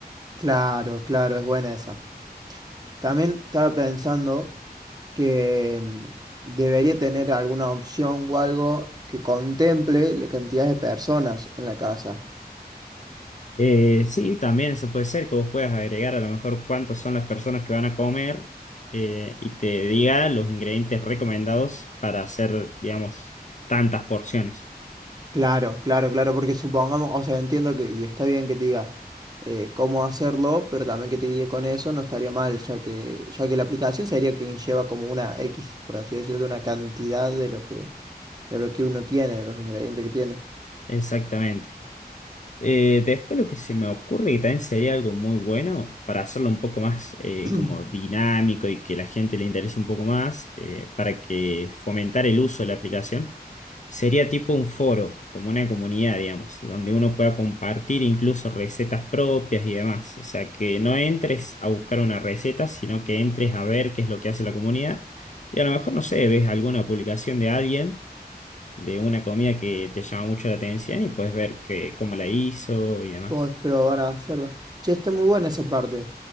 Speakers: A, on the right (about 25°); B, on the left (about 45°).
A: Claro, claro, es buena esa. También estaba pensando que mm, debería tener alguna opción o algo que contemple la cantidad de personas en la casa.
B: Eh, sí, también eso puede ser que vos puedas agregar a lo mejor cuántas son las personas que van a comer eh, y te diga los ingredientes recomendados para hacer, digamos, tantas porciones.
A: Claro, claro, claro, porque supongamos, o sea, entiendo que, y está bien que te diga eh, cómo hacerlo, pero también que te guíe con eso no estaría mal, ya que, ya que la aplicación sería quien lleva como una X, por así decirlo, una cantidad de lo que, de lo que uno tiene, de los ingredientes que tiene.
B: Exactamente. Eh, después lo que se me ocurre que también sería algo muy bueno para hacerlo un poco más eh,
A: <clears throat>
B: como dinámico y que la gente le interese un poco más eh, para que fomentar el uso de la aplicación sería tipo un foro, como una comunidad, digamos, donde uno pueda compartir incluso recetas propias y demás. O sea, que no entres a buscar una receta, sino que entres a ver qué es lo que hace la comunidad y a lo mejor, no sé, ves alguna publicación de alguien de una comida que te llama mucho la atención y puedes ver que, cómo la hizo y demás.
A: Vamos probar a hacerlo. Che, está muy buena esa parte.